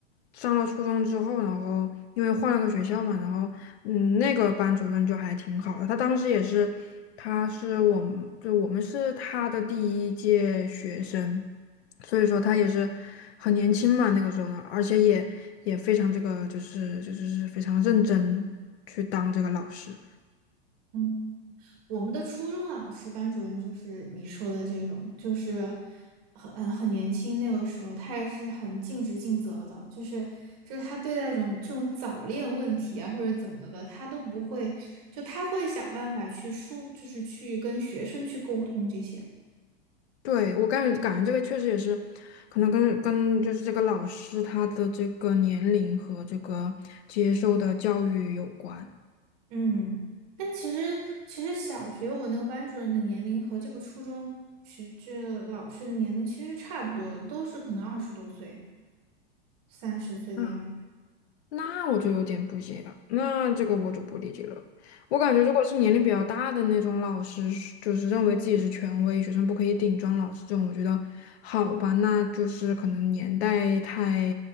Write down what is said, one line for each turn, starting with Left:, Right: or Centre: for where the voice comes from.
Left: 上了初中之后，然后因为换了个学校嘛，然后嗯，那个班主任就还挺好的，他当时也是，他是我们，就我们是他的第一届学生，所以说他也是很年轻嘛，那个时候呢，而且也也非常这个就是就是是非常认真去当这个老师。
Right: 嗯，我们的初中老师班主任就是你说的这种，就是很嗯很年轻那个时候，他也是很尽职尽责的，就是就是他对待这种这种早恋问题啊或者怎么的，他都不会，就他会想办法去疏，就是去跟学生去沟通这些。
Left: 对，我感觉感觉这个确实也是，可能跟跟就是这个老师他的这个年龄和这个接受的教育有关。
Right: 嗯，但其实其实小学我那个班主任的年龄和这个初中其实这老师的年龄其实差不多的，都是可能二十多岁、三十岁的样子。
Left: 嗯，那我就有点不解了，那这个我就不理解了。我感觉如果是年龄比较大的那种老师，就是认为自己是权威，学生不可以顶撞老师这种，我觉得好吧，那就是可能年代太，